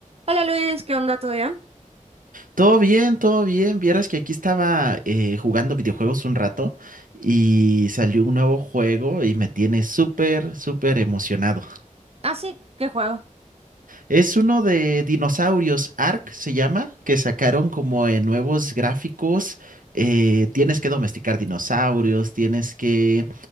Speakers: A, on the right; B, on the right.
A: Hola Luis, ¿qué onda? ¿Todo bien?
B: Todo bien, todo bien. Vieras que aquí estaba eh, jugando videojuegos un rato y salió un nuevo juego y me tiene súper, súper emocionado.
A: Ah, sí, qué juego.
B: Es uno de dinosaurios, Ark se llama, que sacaron como en nuevos gráficos. eh, tienes que domesticar dinosaurios, tienes que